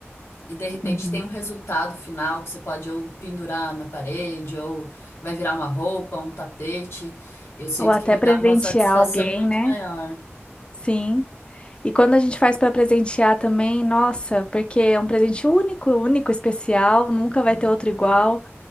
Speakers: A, on the left (about 65°); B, on the left (about 25°).
A: E de repente
B: uhum.
A: tem um resultado final que você pode ou pendurar na parede, ou vai virar uma roupa, um tapete. Eu sinto
B: Ou até
A: que me
B: presentear
A: dá uma satisfação
B: alguém,
A: muito
B: né?
A: maior.
B: Sim. E quando a gente faz para presentear também, nossa, porque é um presente único, único, especial, nunca vai
A: Uhum.
B: ter outro igual.